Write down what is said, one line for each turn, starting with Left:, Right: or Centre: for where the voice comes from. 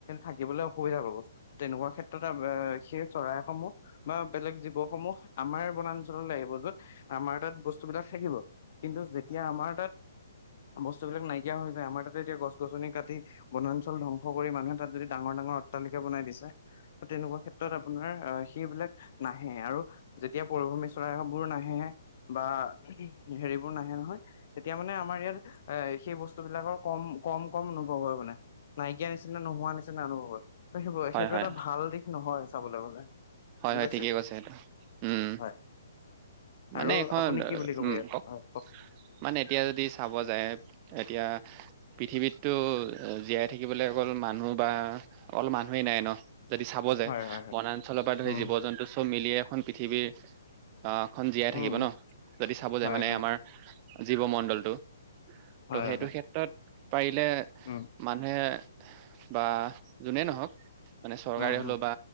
Left: থাকিবলে অসুবিধা পাব, তেনেকুৱা ক্ষেত্ৰত সেই চৰাই সমূহ বা বেলেগ জীৱসমূহ। আমাৰ বনাঞ্চললৈ আহিব য'ত আমাৰ তাত বস্তুবিলাক থাকিব। কিন্তু, যেতিয়া আমাৰ তাত বস্তুবিলাক নাইকিয়া হৈ যায় আমাৰ তাতে এতিয়া গছ গছনি কাটি বনাঞ্চল ধং কৰি মানুহে তাত যদি ডাঙৰ, ডাঙৰ অট্টালিকা বনাই দিছে। ত' তেনেকুৱা ক্ষেত্ৰত আ আপোনাৰ আ সেইবিলাক নাহে আৰু যেতিয়া পৰিভূমী চৰাইবোৰ নাহে বা হেৰি নাহে নহয় তেতিয়া মানে আমাৰ ইয়াত এ সেই বস্তু বিলাকৰ কম কম কম অনুভৱ হয় মানে। নাইকিয়া নিচিনা নোহোৱা নিচিনা <unintelligible> খিব সেইটো
Right: হয়,
Left: এটা ভাল দিশ নহয়। চাবলৈ গলে।
Right: হয়
Left: বুজি
Right: হয়
Left: পাইছে
Right: ঠিকেই কৈছে সেইটো। উম
Left: হয়।
Right: মানে
Left: আৰু
Right: এখন
Left: আপুনি কি বুলি ক'ব
Right: উম
Left: ইয়াত
Right: কওক
Left: হয়
Right: মানে এতিয়া যদি চাব যায় এতিয়া এতিয়া পৃথিৱীততো জীয়াই থাকিবলে অকল মানুহ বা অল মানুহেই নাই ন। যদি চাব যায়
Left: হয় হয় হয়
Right: বনাঞ্চলৰ
Left: উম
Right: জীৱ জন্তু চব মিলি এখন পৃথিৱীৰ অ' খন জীয়াই
Left: উম
Right: থাকিব
Left: উম
Right: ন যদি চাব
Left: হয়
Right: যায় মানে
Left: হয়
Right: আমাৰ। জীৱমণ্ডলটো।
Left: হয়
Right: ত' সেইটো
Left: হয়
Right: ক্ষেত্ৰত পাৰিলে
Left: উম
Right: মানুহে বা যোনেই নহওক মানে চৰকাৰে
Left: উম
Right: হ'লেও
Left: উম
Right: বা